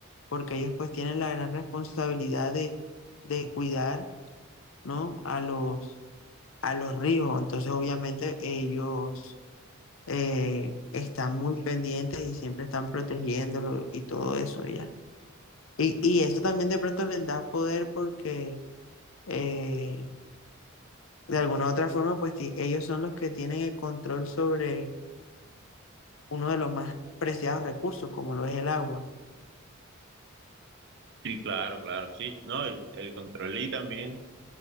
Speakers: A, on the left (about 65°); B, on the right (about 55°).
A: porque ellos pues tienen la gran responsabilidad de, de cuidar, ¿no? A los, a los ríos, entonces obviamente ellos eh, están muy pendientes y siempre están protegiéndolo y todo eso ya. Y, y eso también de pronto les da poder porque eh, de alguna u otra forma, pues ti- ellos son los que tienen el control sobre uno de los más preciados recursos, como lo es el agua.
B: Sí, claro, claro, sí. No, el, el control y también,